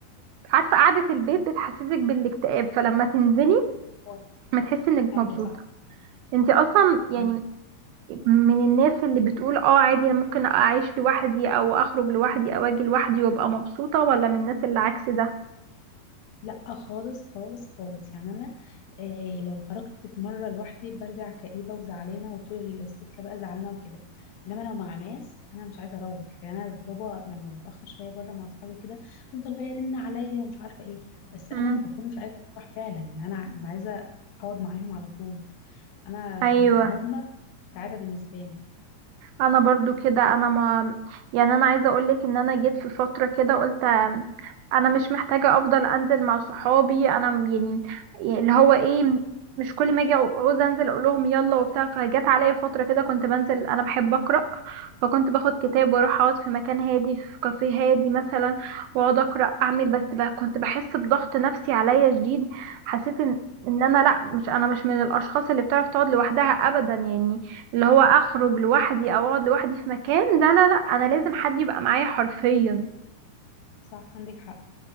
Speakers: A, on the right; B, on the left.
A: عارفه قعده البيت بتحسسك بالاكتئاب فلما تنزلي
B: واو.
A: ما تحسي انك
B: ايوه
A: مبسوطه
B: صح
A: انتي اصلا يعني
B: مم.
A: من الناس اللي بتقول اه عادي انا ممكن اعيش لوحدي او اخرج لوحدي او اجي لوحدي وابقى مبسوطة ولا من الناس اللي عكس ده
B: لا خالص خالص خالص يعني انا إيه لو خرجت في مره لوحدي برجع كئيبه وزعلانه وطول السكه بقى زعلانه وكده انما لو مع ناس انا مش عايزه اروح يعني انا بابا لما بتاخر شويه بره مع اصحابي وكده بيفضل بقى يرن عليا ومش عارفه ايه بس
A: مم.
B: انا بكون مش عايزه اروح فعلا يعني انا عايزه اقعد معاهم على طول انا
A: ايوه
B: هما سعاده بالنسبه لي
A: انا برضو كده انا ما يعني انا عايزه اقولك ان انا جيت في فتره كده قلت آم، انا مش محتاجه افضل انزل مع صحابي انا م- يعني يعني اللي هو ايه مش كل ما اجي عاوز انزل اقول لهم يلا وبتاع فجت عليا فتره كده كنت بنزل انا بحب اقرا فكنت باخد كتاب
B: مم.
A: واروح اقعد في مكان هادي في كافيه هادي مثلا واقعد اقرا اعمل بس بقى كنت بحس بضغط نفسي عليا شديد حسيت ان ان انا لا مش انا مش من الاشخاص اللي بتعرف تقعد لوحدها ابدا يعني اللي هو اخرج لوحدي او اقعد لوحدي في مكان لا لا لا انا لازم حد يبقى معايا حرفيا
B: صح عندك حق